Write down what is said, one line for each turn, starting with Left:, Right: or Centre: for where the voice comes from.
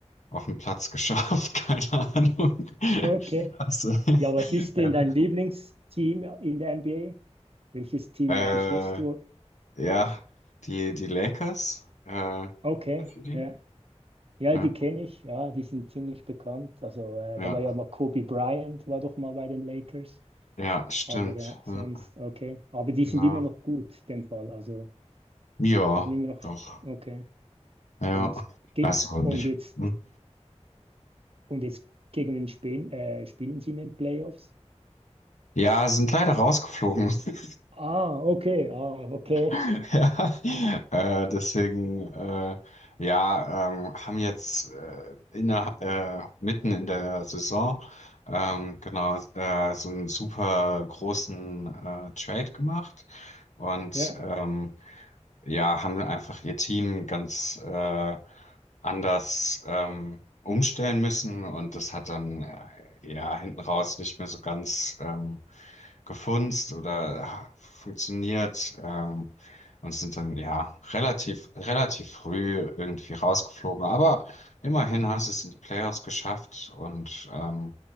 Left: auf den Platz geschafft, <laughs> keine Ahnung.
Right: okay.
Left: Also,
Right: Ja, was ist
Left: <laughs> ja.
Right: denn dein Lieblingsteam in der NBA? Welches Team
Left: Äh,
Right: unterstützt du?
Left: ja, die, die Lakers, äh,
Right: Okay,
Left: kennst du die?
Right: ja. Ja,
Left: Ja,
Right: die kenne ich, ja, die sind ziemlich bekannt. Also äh,
Left: ja,
Right: da war ja mal Kobe Bryant, war doch mal bei den Lakers,
Left: ja, stimmt.
Right: aber äh, sonst,
Left: Ja,
Right: okay. Aber die
Left: genau.
Right: sind immer noch gut, in dem Fall. Also
Left: Ja,
Right: die sind immer noch,
Left: doch.
Right: okay.
Left: Ja,
Right: Und, ge-
Left: also
Right: und
Left: nicht.
Right: jetzt,
Left: hm.
Right: und jetzt gegen wen spielen, äh, spielen sie in den Playoffs?
Left: Ja, sind leider rausgeflogen. <laughs>
Right: Ah, okay, ah, okay.
Left: <laughs> Ja, äh, deswegen, äh, ja, ähm, haben jetzt äh, inner, äh, mitten in der Saison ähm, genau äh, so einen super großen äh, Trade gemacht und
Right: Ja,
Left: ähm, ja, haben einfach ihr Team ganz äh, anders ähm, umstellen müssen und das hat dann äh, ja hinten raus nicht mehr so ganz ähm, gefunzt oder ah, funktioniert ähm, und sind dann ja relativ, relativ früh irgendwie rausgeflogen. Aber immerhin haben sie es in die Playoffs geschafft und ähm,